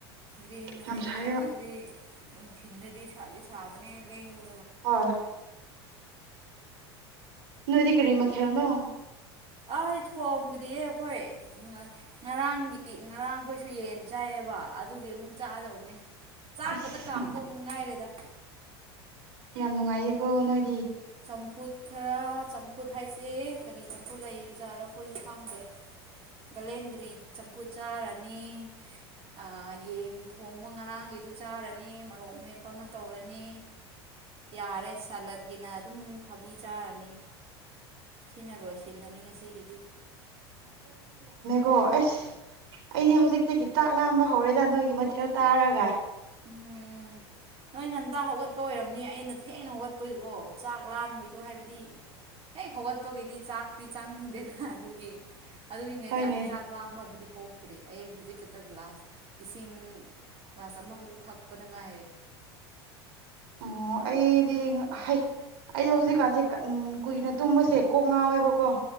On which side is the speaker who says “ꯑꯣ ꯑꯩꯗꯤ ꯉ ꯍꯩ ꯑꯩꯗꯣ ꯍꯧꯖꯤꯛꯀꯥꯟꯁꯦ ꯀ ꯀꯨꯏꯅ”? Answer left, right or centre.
Right